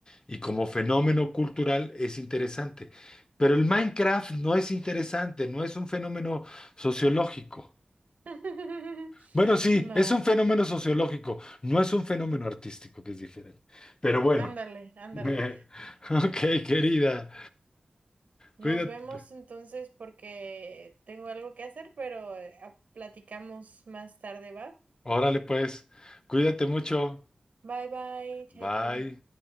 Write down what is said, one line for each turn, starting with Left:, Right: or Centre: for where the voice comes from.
Left: y como fenómeno cultural es interesante. Pero el Minecraft no es interesante, no es un fenómeno sociológico.
Right: <laughs>
Left: Bueno, sí,
Right: No,
Left: es un fenómeno sociológico, no es un fenómeno artístico, que es diferente. Pero bueno.
Right: ándale, ándale.
Left: <laughs> Ok, querida.
Right: Nos
Left: Cuídate.
Right: vemos entonces porque tengo algo que hacer, pero eh, a- platicamos más tarde, ¿va?
Left: Órale, pues. Cuídate mucho.
Right: Bye bye, Chaito.
Left: Bye.